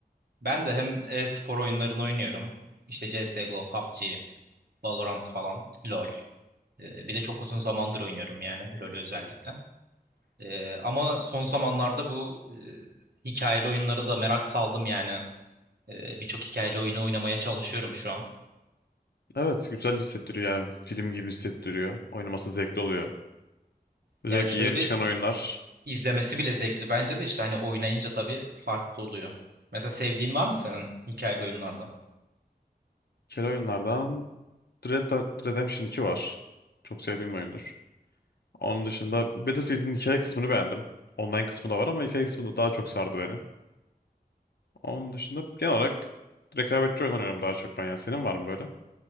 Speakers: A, on the right; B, on the left.
A: Ben de hem e-spor oyunlarını oynuyorum. İşte CSGO, PUBG, Valorant falan, LoL. Ee, bir de çok uzun zamandır oynuyorum yani LoL'ü özellikle. Ee, ama son zamanlarda bu e, hikayeli oyunlara da merak saldım yani. Ee, birçok hikayeli oyunu oynamaya çalışıyorum şu an.
B: Evet güzel hissettiriyor yani film gibi hissettiriyor. Oynaması zevkli oluyor. Özellikle
A: Yani şöyle
B: yeni çıkan oyunlar.
A: izlemesi bile zevkli bence de işte hani oynayınca tabii farklı oluyor. Mesela sevdiğin var mı senin hikayeli oyunlarda?
B: Bir kere oyunlardan Red Dead Redemption 2 var. Çok sevdiğim oyundur. Onun dışında Battlefield'in hikaye kısmını beğendim. Online kısmı da var ama hikaye kısmı da daha çok sardı beni. Onun dışında genel olarak rekabetçi oyun oynuyorum daha çok ben ya. Senin var mı böyle?